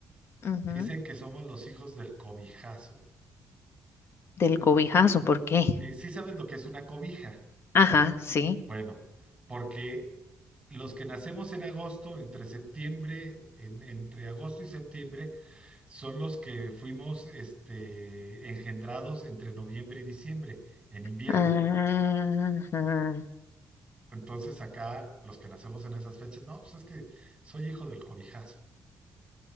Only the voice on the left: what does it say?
Ujú.
Del cobijazo, ¿por qué?
Ajá, sí.
Ajá.